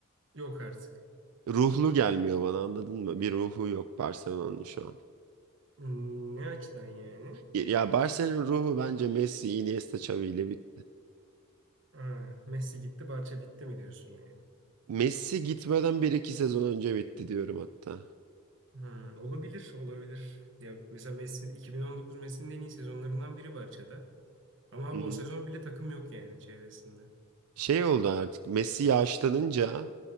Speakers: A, on the right (about 55°); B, on the right (about 85°).
A: Yok artık.
B: Ruhlu gelmiyor bana anladın mı? Bir ruhu yok Barcelona'nın şu an.
A: Hmm, Ne açıdan yani?
B: Ya Barcelona'nın ruhu bence Messi, Iniesta, Xavi ile bit.
A: Ha, Messi gitti, Barça bitti mi diyorsun yani?
B: Messi gitmeden bir iki sezon önce bitti diyorum hatta.
A: Hı, olabilir, olabilir. Ya mesela Messi 2019 Messi'nin en iyi sezonlarından biri Barça'da. Ama abi
B: Hı hı.
A: o sezon bile takım yok yani çevresinde.
B: Şey oldu artık Messi yaşlanınca